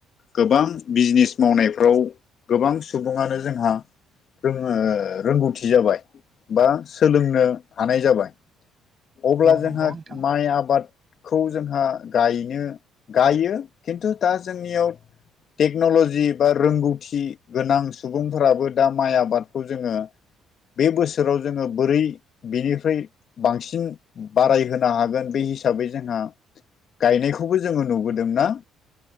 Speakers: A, on the left; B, on the right.
A: गोबां बिजनेस मावनायफ्राव गोबां सुबुङानो जोंहा ओ रोंगौथि जाबाय बा सोलोंनो हानाय जाबाय अब्ला
B: औ
A: जोंहा
B: नंगौ नोंथां
A: माइ आबाद खौ जोंहा गायनो गायो खिन्थु दा जोंनियाव टेक्न'लजि बा रोंगौथि गोनां सुबुंफोराबो दा माइ आबादखौ जोङो बे बोसोराव जोङो बोरै बिनिफ्राय बांसिन बारायहोनो हागोन बे हिसाबै जों जोंहा गायनायखौबो जोङो नुबोदोंना